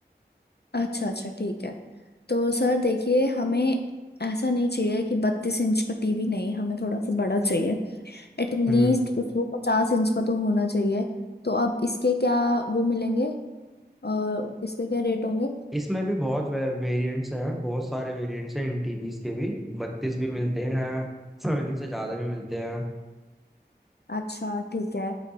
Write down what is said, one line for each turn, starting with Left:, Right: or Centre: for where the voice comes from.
Left: अच्छा अच्छा ठीक है तो सर देखिए हमें ऐसा नहीं चाहिए कि बत्तीस इंच का टीवी नहीं हमें थोड़ा सा बड़ा चाहिए एटलीस्ट
Centre: हम्म
Left: उसको पचास इंच का तो होना चाहिए तो अब इसके क्या वो मिलेंगे और इसके क्या रेट होंगे
Centre: इसमें भी बहुत वे, वेरिएंट्स हैं बहुत सारे वेरिएंट्स हैं इन टीवीज के भी बत्तीस भी मिलते हैं <clears throat> इनसे ज्यादा भी मिलते हैं
Left: अच्छा ठीक है